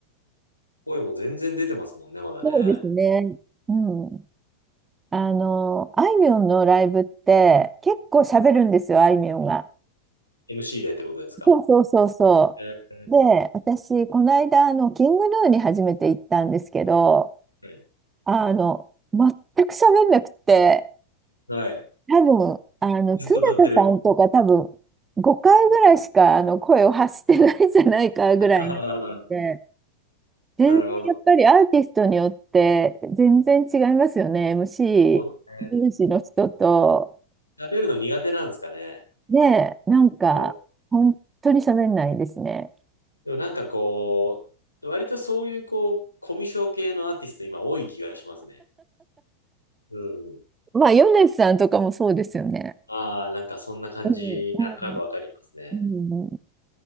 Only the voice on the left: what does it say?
声も全然出てますもんね、まだね。
MC でってことですか。
えー
はい。
はい
ずっと歌ってる。
<laughs> な
るほど。
<laughs> そうですね。
喋るの苦手なんですかね。
うん
でもなんかこう、割とそういうこう、コミュ障系のアーティスト今多い気がしますね。うん。
ああ、なんかそんな感じ、
なんとなくわかりますね。